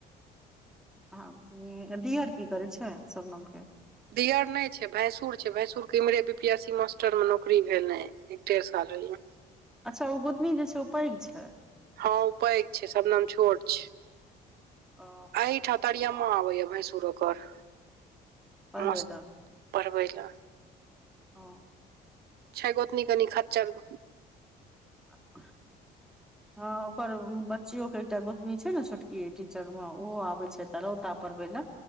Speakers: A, in the centre; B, on the right (about 70°).
A: ह दियोर की करै छै सबनम के
B: दियर नय छै भैंसुर छै भैंसुरके इम्हरे बी पी एस सी मास्टरमे नौकरी भेलै एक डेढ़ साल होए
A: अच्छा ओ गोतनी जे छै ओ पैघ छै
B: हँ पैघ छै सबनम छोट छै
A: ओ
B: एहिठाम तरियमा आबे या भैंसुर आ ओकर
A: परबेल
B: मास पढ़बै लए
A: ओ
B: छै गोतनी कनि खच्चर
A: <inaudible> ह ओकर बच्चियो के एकटा गोतनी छै ने छोटकी टीचर मे ओहो आबे छै से त रौ त पर पै ल